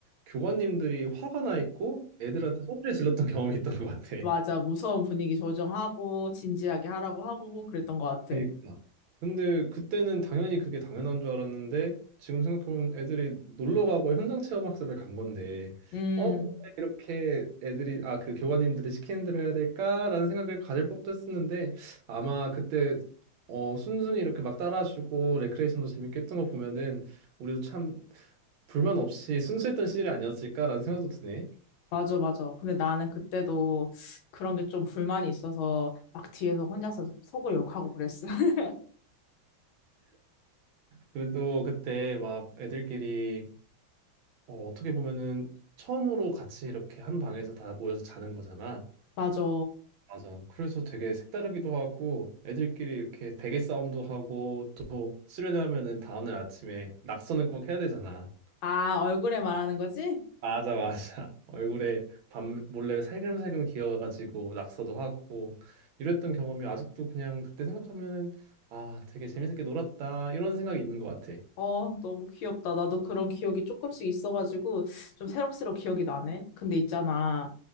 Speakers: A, on the right; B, on the left.
A: 교관님들이 화가 나 있고 애들한테 소리를 질렀던 경험이 있던 것 같아.
B: 맞아. 무서운 분위기 조정하고, 진지하게 하라고 하고, 그랬던 것 같아.
A: 그러니까. 근데 그때는 당연히 그게 당연한 줄 알았는데 지금 생각하면 애들이 놀러 가고 현장 체험 학습을 간 건데
B: 음,
A: 어? 왜 이렇게 애들이 아 그 교관님들이 시키는 대로 해야 될까라는 생각을 가질 법도 했었는데 아마 그때 어 순순히 이렇게 막 따라주고 레크레이션도 재밌게 했던 거 보면은 우리도 참 불만 없이 순수했던 시절이 아니었을까라는 생각도 드네.
B: 맞아, 맞아. 근데 나는 그때도 그런 게 좀 불만이 있어서, 막 뒤에서 혼자서 속을 욕하고 그랬어. <laughs>
A: 그래도 그때 막 애들끼리 어, 어떻게 보면은 처음으로 같이 이렇게 한 방에서 다 모여서 자는 거잖아.
B: 맞아.
A: 맞아. 그래서 되게 색다르기도 하고 애들끼리 이렇게 베개 싸움도 하고 또 수련회 하면은 다음날 아침에 낙서는 꼭 해야 되잖아.
B: 아, 얼굴에 말하는 거지?
A: 맞아, 맞아. <laughs> 얼굴에 밤 몰래 살금살금 기어가지고 낙서도 하고 이랬던 경험이 아직도 그냥 그때 생각하면은 아, 되게 재밌게 놀았다 이런 생각이 있는 것 같아.
B: 어, 너무 귀엽다. 나도 그런 기억이 조금씩 있어가지고, 좀 새록새록 기억이 나네. 근데 있잖아.